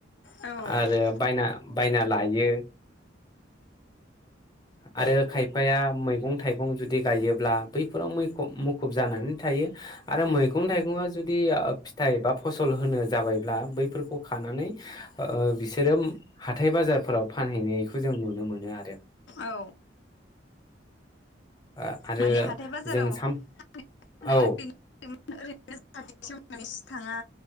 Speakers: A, on the left; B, on the left.
A: औ
B: आरो बायना बायना लायो आरो खायफाया मै मैगं थाइगं जुदि गायोब्ला बैफोराव मैखुब मुखुब जानानै थायो आरो मैगं थाइगङा जुदि फिथाइबा फसल होनो जाबायब्ला बैफोरखौ खानानै ओ बिसोरो हाथाय बाजारफोराव फानहैनायखौ जों नुनो मोनो आरो
A: औ
B: ओ आरो
A: माने हाथाय बाजाराव
B: जों साम
A: <unintelligible> ओरैनो
B: औ
A: <unintelligible> थाङा